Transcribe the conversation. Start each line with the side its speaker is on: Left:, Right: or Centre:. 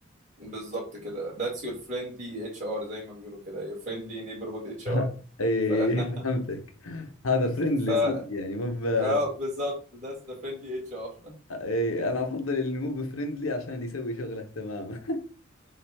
Right: بالظبط كده that's your friendly HR زي ما بيقولوا كده your friendly neighborhood HR
Left: <laughs> ايه
Right: ف <laughs>
Left: فهمتك هذا فريندلي
Right: ف
Left: صدق يعني مو ب...
Right: اه بالظبط that's the friendly HR
Left: إيه انا افضل اللي مو بفريندلي عشان يسوي شغله تمام